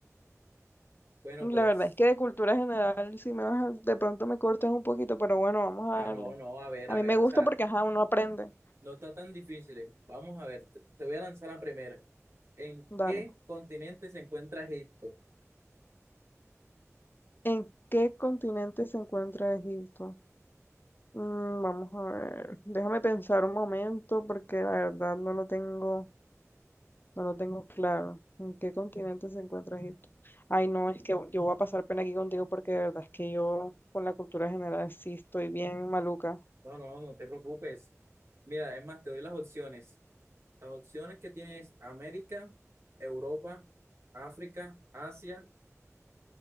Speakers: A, on the right; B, on the left.
A: Bueno,
B: La
A: pues,
B: verdad es que de cultura general, si me vas a- de pronto me cortas un poquito, pero bueno, vamos a
A: ah,
B: darle.
A: no, no, a ver,
B: A
A: a
B: mí
A: ver,
B: me gusta
A: o sea.
B: porque, ajá, uno aprende.
A: No está tan difícil. eh. Vamos a ver, te, te voy a lanzar la primera. ¿En
B: Dale.
A: qué continente se encuentra Egipto?
B: ¿En qué continente se encuentra Egipto? Mm, vamos a ver, déjame pensar un momento porque la verdad no lo tengo. No lo tengo claro. ¿En qué continente se encuentra Egipto? Ay, no, es que yo voy a pasar pena aquí contigo porque de verdad es que yo con la cultura general sí estoy bien maluca.
A: No, no, no te preocupes. Mira, es más, te doy las opciones. Las opciones que tienes América, Europa, África, Asia.